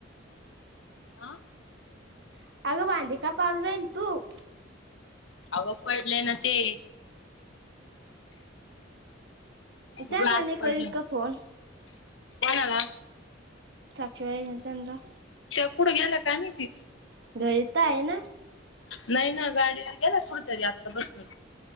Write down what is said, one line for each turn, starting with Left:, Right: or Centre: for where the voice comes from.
Left: आं.
Right: <inaudible>
Left: अगं पडले ना ते.
Right: त्याला
Left: ग्लास
Right: नाही करीत
Left: पडले
Right: ग फोन.
Left: कोणाला?
Right: साक्षी वहिनी त्यांनला.
Left: त्या कुढं गेलं काय माहिति.
Right: घरी तर आहे ना.
Left: नाही ना गाडीवर गेला कुठतरी आत्ता बसून.